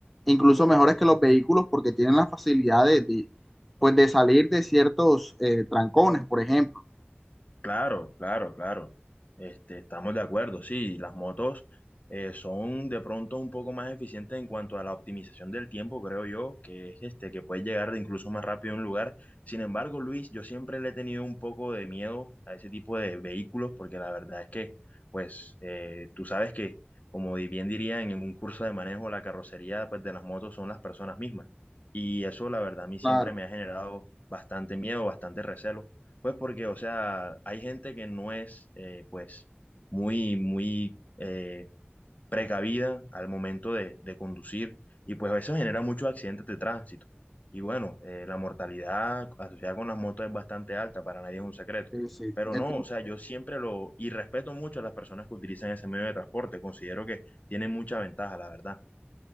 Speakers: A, in the centre; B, on the left.
A: incluso mejores que los vehículos porque tienen la facilidad de, de, pues, de salir de ciertos eh, trancones, por ejemplo?
B: Claro, claro, claro. Este, estamos de acuerdo, sí, las motos eh, son de pronto un poco más eficientes en cuanto a la optimización del tiempo, creo yo, que es este, que puedes llegar incluso más rápido a un lugar. Sin embargo, Luis, yo siempre le he tenido un poco de miedo a ese tipo de vehículos, porque la verdad es que, pues, eh, tú sabes que, como bien dirían en un curso de manejo, la carrocería, pues, de las motos son las personas mismas. Y eso, la verdad, a mí siempre
A: Claro,
B: me ha generado bastante miedo, bastante recelo. Pues porque, o sea, hay gente que no es, eh, pues, muy, muy eh, precavida al momento de, de conducir y pues eso genera muchos accidentes de tránsito. Y bueno, eh, la mortalidad asociada con las motos es bastante alta, para nadie es un secreto.
A: sí, sí.
B: Pero
A: Eh,
B: no, o sea, yo siempre lo, y respeto mucho a las personas que utilizan ese medio de transporte, considero que tienen mucha ventaja, la verdad.